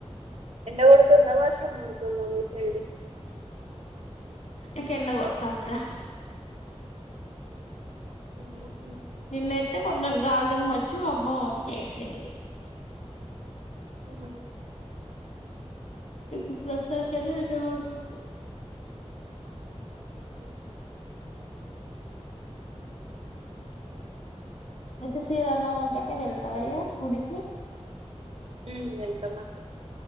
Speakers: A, on the right; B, on the left.
A: ఎండ గొడుతుంద వర్షం పడుతుంద మీ ఈ సైడు
B: ఇంక ఎండ గొడుతాంది రా
A: <inaudible>
B: నిన్నెత్తే కొంతెం గాలిదుమ్మొచ్చి మొబ్బు మొబ్బు జేసింది
A: అవున
B: ఇప్పుడు ప్రస్తుతానికైతే ఎండ పడుతుంది
A: అవుట్ నా
B: ఐతే శ్రీరామనవమికి ఇతే వెళ్తావా అయ్యా గుడికి
A: ఉ వెళ్తన్నట్టు